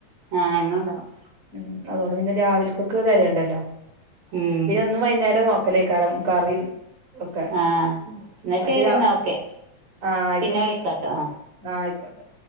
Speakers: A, on the right; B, on the right.
A: ആഹ് എന്നും ഇണ്ടാവും
B: ഉമ് അതോണ്ട് പിന്നെ രാവിലക്കെക്ക് തരേണ്ടല്ലോ
A: ഉം
B: പിന്ന എന്നും വൈന്നേരം നോക്കലേക്കാരം കറിം ഓക്കെ
A: ആഹ് എന്നാ
B: മറ്റത്
A: ശരി
B: ആഹ്
A: എന്നാ ഓക്കെ
B: ആയിക്കോട്ടെ
A: പിന്നെ വിളിക്കാട്ടോ
B: ന്നാൽ
A: ആഹ്
B: ആഹ് ആയിക്കോട്ടെ